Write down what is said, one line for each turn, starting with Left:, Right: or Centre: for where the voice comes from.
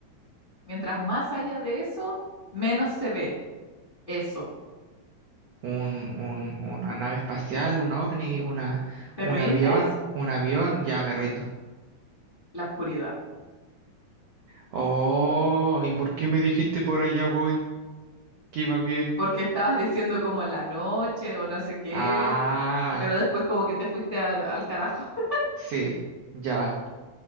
Left: mientras más haya de eso, menos se ve. Eso.
Right: un, un- una nave espacial, un ovni, una,
Left: ¿Te
Right: un
Left: rindes?
Right: avión, un avión, ya me rindo.
Left: La oscuridad.
Right: Oh, ¿y por qué me dijiste por allá voy? Que iba bien.
Left: Porque estabas diciendo como la noche o no sé qué,
Right: Ah,
Left: pero después como que te fuiste al, al carajo. <laughs>
Right: sí, ya,